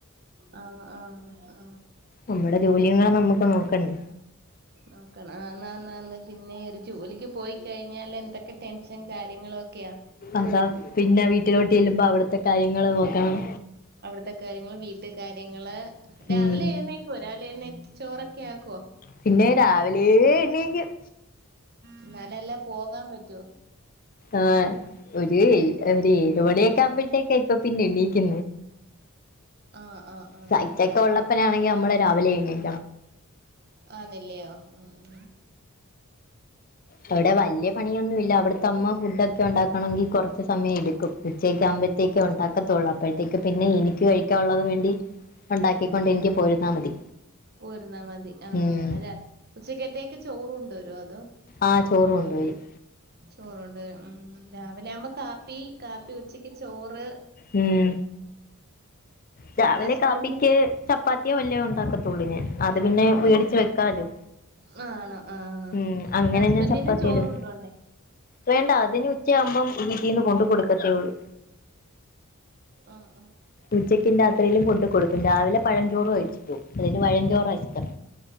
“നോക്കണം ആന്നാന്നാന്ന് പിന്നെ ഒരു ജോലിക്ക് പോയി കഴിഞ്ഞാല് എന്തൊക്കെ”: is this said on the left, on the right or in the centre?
Right